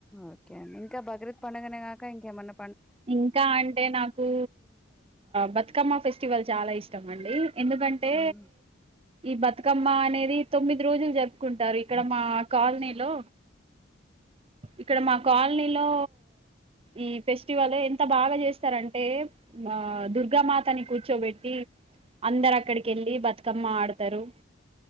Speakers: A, in the centre; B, on the right.
A: ఓకే ఇంకా బ బక్రీద్ పండుగకాక ఇంకా ఏమైనా
B: ఇంకా అంటే నాకు బతుకమ్మ ఫెస్టివల్ చాలా ఇష్టం అండి ఎందుకంటే
A: అవునా
B: ఈ బత్ బతుకమ్మ అనేది తొమ్మిది రోజులు జరుపుకుంటారు ఇక్కడ మా కాలనీలో ఇక్కడ మా కాలనీలో ఈ ఫెస్ ఫస్టివల్ ఎంత బాగా చేస్తారంటే ఆ దుర్గామాతని కూర్చోబెట్టి అందరు అక్కడికి వెళ్ళి బతుకమ్మ ఆడతారు